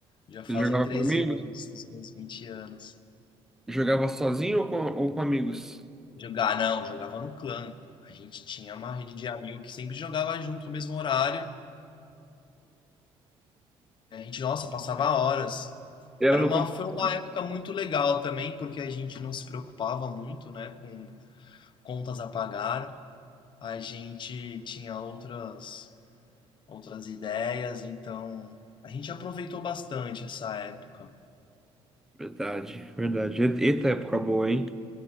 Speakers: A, on the left (about 50°); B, in the centre.
A: Já fazem
B: Você jogava
A: treze
B: com amigos?
A: anos, dos meus 20 anos.
B: Jogava sozinho ou com, ou com amigos?
A: Jogar, não, jogava no clã. A gente tinha uma rede de amigos que sempre jogava junto no mesmo horário. A gente, nossa, passava horas.
B: Era
A: Era
B: no
A: uma,
B: computador.
A: foi uma época muito legal também, porque a gente não se preocupava muito, né, com contas a pagar. A gente tinha outras, outras ideias, então a gente aproveitou bastante essa época.
B: Verdade, verdade. E- Eita época boa, hein?